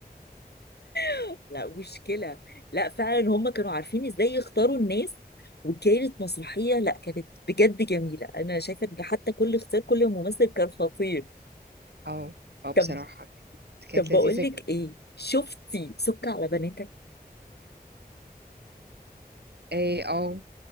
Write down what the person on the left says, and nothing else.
<laughs> لا مشكله لا فعلا هم كانوا عارفين ازاي يختاروا الناس وكانت مسرحيه لا كانت بجد جميله انا شايفه ان حتى كل اختيار كل ممثل كان خطير
طب
طب بقول
لك
ايه شفتي سك على بناتك